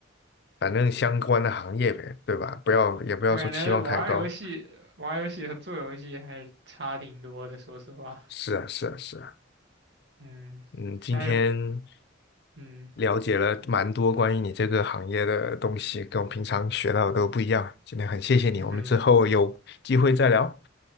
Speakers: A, on the left (about 55°); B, on the right (about 55°).
A: 反正相关的行业呗，
B: 嗯，
A: 对吧？不要也不要说期望太高。
B: 我感觉玩儿游戏、玩儿游戏和做游戏还是差挺多的，说实话。
A: 是啊，是啊，是啊。
B: 嗯，
A: 嗯，今天
B: 但是，嗯，
A: 了解了蛮多关于你这个行业的东西，跟我平常学到的都不一样。今天很谢谢你，
B: <laughs> 嗯
A: 我们之后有机会再聊。